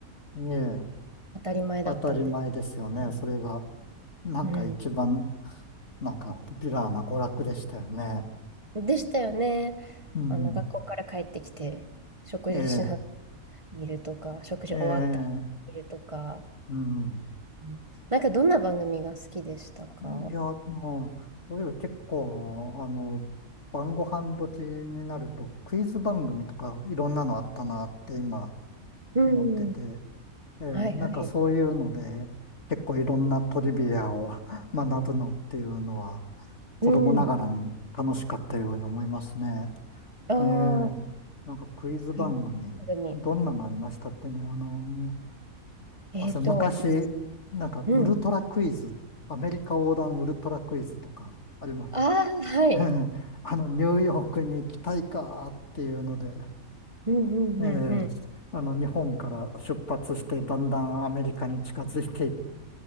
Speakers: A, on the left; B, on the right.
A: ええ、
B: 当たり前だったんで
A: 当たり前ですよね。
B: すね。
A: それが、なんか一番、
B: う
A: なんかポピュラーな娯楽でしたよね。
B: ん、でしたよね。
A: うん、
B: あの学校から帰ってきて食事しな
A: え
B: 見るとか、食事終わったら見るとか、
A: え、ええ、うん。
B: うんなんかどんな番組が好きでしたか
A: いや、もう、そういえば結構、あの、晩ご飯時になると、クイズ番組とかいろんなのあったなって今
B: うん。
A: 思ってて、ええ、なんかそういうので、
B: はいはい。
A: 結構いろんなトリビアを <laughs> 学ぶのっていうのは、子供ながらに楽しかったように思いますね。
B: うん。ああ、は
A: ええ、なんかクイズ番組、
B: い。番組。
A: どんなのありましたってね、あの
B: えっと、
A: ーあ、そう、昔、
B: 私、
A: なんかウルトラクイズ、
B: うん。
A: アメリカ横断ウルトラクイズとかあります。
B: ああ、はい。
A: <laughs> あの、ニューヨークに行きたいかっていうので、
B: うんうんうんうん。
A: ええ、あの、日本から出発して、だんだんアメリカに近づいていく